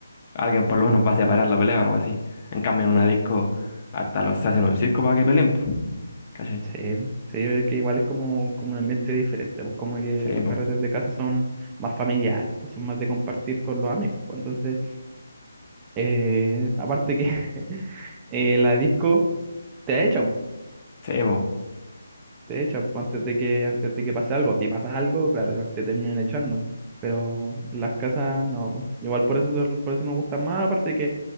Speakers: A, on the left; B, on the right.
A: Alguien por lo menos va a separar la pelea o algo así. En cambio, en una disco, hasta los hacen un circo para que peleen, po, ¿cachai?
B: Sí, sí, es que igual es como, como un ambiente diferente, pues como que
A: Sí,
B: los
A: po,
B: carretes de casa son más familiares, pues son más de compartir con los amigos, pues entonces, eh, aparte que <laughs> eh, la disco te echan,
A: sí, po.
B: Te echan pues, antes de que, antes de que pase algo. Si pasa algo, claro, igual te terminan echando. Pero en las casas no. po. Igual por eso, son- por eso me gustan más. Aparte de que